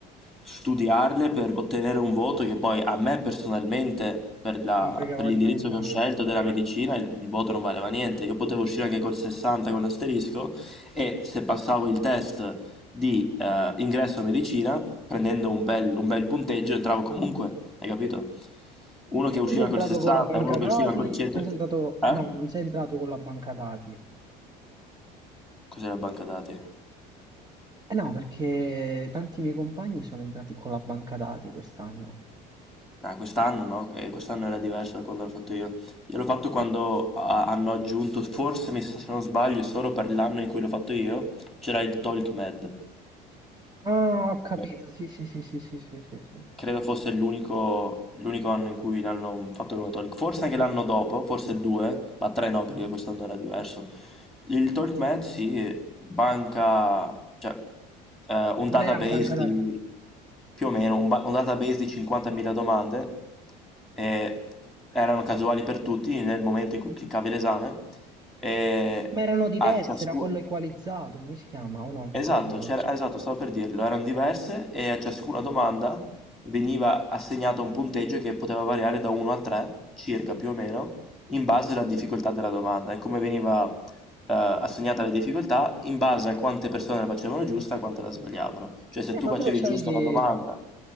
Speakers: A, in the centre; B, on the right.
A: studiarle per ottenere un voto che poi a me personalmente per la-
B: non fregava
A: per l'indirizzo
B: niente
A: che
B: a
A: ho
B: me.
A: scelto della medicina il, il voto non valeva niente, io potevo uscire anche col 60 con asterisco e se passavo il test di eh, ingresso a medicina, prendendo un bel, un bel punteggio, entravo comunque, hai capito? Uno che
B: E
A: usciva
B: tu sei entrato
A: col 60,
B: con la banca
A: uno che
B: dati?
A: usciva col 100.
B: Te sei entrato...
A: Eh?
B: No, non sei entrato con la banca dati.
A: Cos'era banca dati?
B: Eh no, perché tanti miei compagni sono entrati con la banca dati quest'anno.
A: Ah, quest'anno no, Eh, quest'anno era diverso da quando l'ho fatto io. Io l'ho fatto quando ah, hanno aggiunto, forse mi sa se non sbaglio, solo per l'anno in cui l'ho fatto io, c'era il TalkMed.
B: Ah, ho capito,
A: Ok.
B: sì, sì, sì, sì, sì, sì, sì, sì.
A: Credo fosse l'unico l'unico anno in cui l'hanno fatto come talk. Forse anche l'anno dopo, forse due, ma tre no, perché quest'anno era diverso. Il TalkMed si banca, cioè, eh, un database
B: Non era banca
A: di
B: dati,
A: più o meno un, ba- un database di 50.000 domande e erano casuali per tutti nel momento in cui cliccavi l'esame e
B: ma erano diverse,
A: a ciascuno.
B: era quello equalizzato, come si chiama? O no,
A: Esatto,
B: sbaglio.
A: c'era- esatto, stavo per dirlo, erano diverse e a ciascuna domanda veniva assegnato un punteggio che poteva variare da 1 a 3, circa più o meno, in base alla difficoltà della domanda e come veniva eh, assegnata la difficoltà in base a quante persone la facevano giusta e quante la sbagliavano. Cioè se
B: Eh,
A: tu
B: ma
A: facevi
B: tu lo sai
A: giusta
B: che
A: una domanda